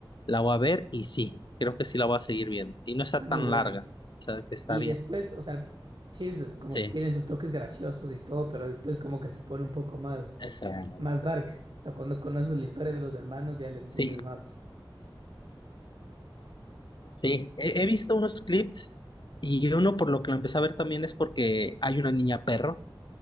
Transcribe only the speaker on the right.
está
muy buena.
Y
después, o sea, sí, es como
que tiene sus toques graciosos y todo, pero después como que se pone un poco más,
más dark. O sea, cuando conoces la historia de los hermanos ya la entiendes
más.